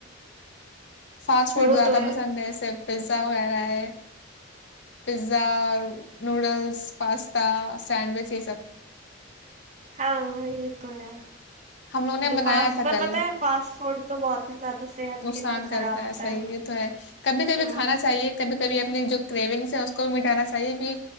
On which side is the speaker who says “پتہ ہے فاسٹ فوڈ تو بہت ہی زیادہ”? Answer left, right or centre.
Right